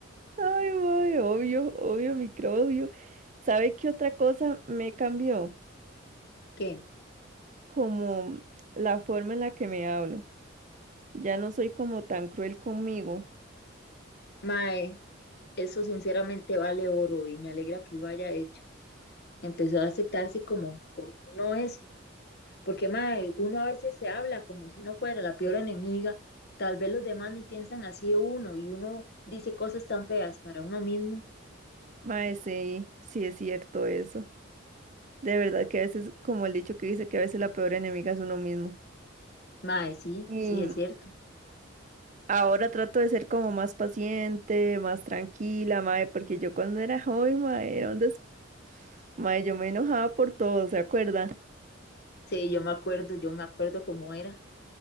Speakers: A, on the right; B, on the left.
A: Ay, mae, obvio, obvio, microbio. ¿Sabe qué otra cosa me cambió?
B: ¿Qué?
A: Como la forma en la que me hablo. Ya no soy como tan cruel conmigo.
B: Mae, eso sinceramente vale oro y me alegra que lo haya hecho. Empezó a aceptarse como, como uno es. Porque, mae, uno a veces se habla como si uno fuera la peor enemiga. Tal vez los demás ni piensan así de uno y uno dice cosas tan feas para uno mismo.
A: Mae, sí, sí es cierto eso. De verdad que a veces, como el dicho que dice, que a veces la peor enemiga es uno mismo.
B: Mae, sí,
A: Y
B: sí, es cierto.
A: ahora trato de ser como más paciente, más tranquila, mae, porque yo cuando era joven, mae, era un des- mae, yo me enojaba por todo, ¿se acuerda?
B: Sí, yo me acuerdo, yo me acuerdo cómo era.